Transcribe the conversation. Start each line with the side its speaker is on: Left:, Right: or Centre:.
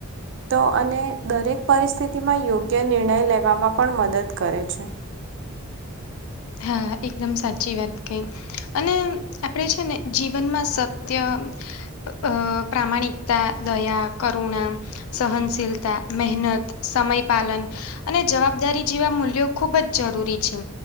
Right: તો અને દરેક પરિસ્થિતિમાં યોગ્ય નિર્ણય લેવામાં પણ મદદ કરે છે.
Left: હા, એકદમ સાચી વાત કઈ. અને આપણેે છે ને જીવનમાં સત્ય, અ પ્રામાણિકતા, દયા, કરુણા, સહનશીલતા, મહેનત, સમય પાલન અને જવાબદારી જેવા મૂલ્યો ખૂબ જ જરૂરી છે.